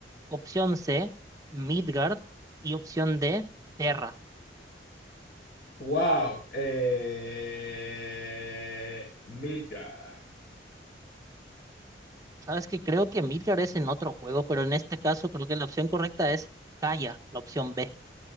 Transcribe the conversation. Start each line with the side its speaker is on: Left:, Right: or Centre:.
Right: Opción C, Midgard. Y opción D, Terra.
Left: Wow. Eh... Midgar.
Right: Sabes que creo que Midgard es en otro juego, pero en este caso creo que la opción correcta es Gaia, la opción B.